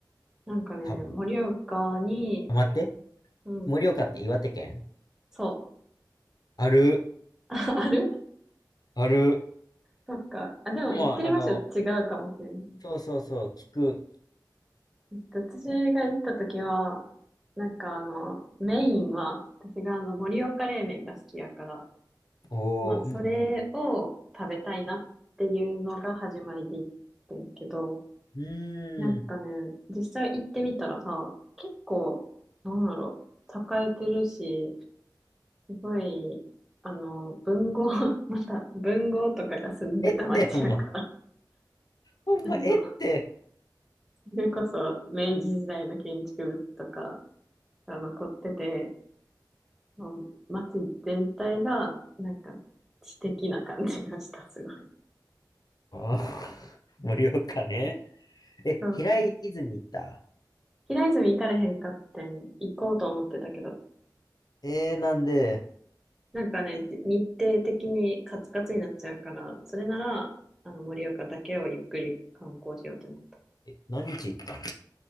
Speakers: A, in the centre; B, on the left.
A: なんかね、
B: 多分。
A: 盛岡に、
B: あ、待って。
A: うん、
B: 盛岡って岩手県
A: そ
B: ある、
A: う。<laughs> ある
B: ある。
A: そっか。あ、でも行ってる場所違うかもしれない。
B: もう、あの、そうそうそう、聞く。
A: 私が行った時は、なんかあの、メインは、私があの、盛岡冷麺が好きやから、
B: おー、
A: まあ、それを食べたいなっていうのが始まりで行ってんけど、
B: うん、うん。うーん。
A: なんかね、実際行ってみたらさ、結構、なんだろう、栄えてるし、すごい、あの、文豪、<laughs> また、文豪とかが住んでた町やから、
B: えって、ほんま、ほんま、
A: あの、
B: えって。
A: それこそ明治時代の建築物とかが残ってて、もう街全体が、なんか、知的な感じがした、すごい。
B: あー、<laughs> 盛岡ね。え、
A: そうそう。
B: 平泉行った
A: 平泉行かれへんかってん、行こうと思ってたけど、
B: えー、なんで
A: なんかね、じ日程的にカツカツになっちゃうから、それなら、あの、盛岡だけをゆっくり観光しようってな。
B: え、何日行ったん